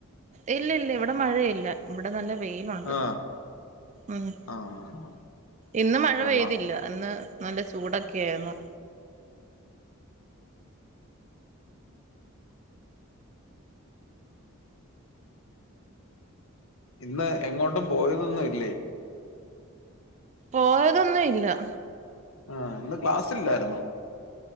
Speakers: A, on the right (about 30°); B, on the left (about 70°).
A: ഇല്ല ല്ല ഇവിടെ മഴയില്ല ഇവിടെ നല്ല വെയിലുണ്ട്
B: ആഹ്
A: ഉമ്
B: ആഹ്
A: ഇന്ന് മഴ
B: കൊള്ളാം
A: പെയ്തില്ല ന്ന് നല്ല ചൂടൊക്കെ ആയിരുന്നു
B: ഇന്ന് എങ്ങോട്ടും പോവ്നൊന്നും ഇല്ലേ
A: പോയതൊന്നുല്ല
B: ആഹ് ഇന്ന് ക്ലാസ്സില്ലായിരുന്നോ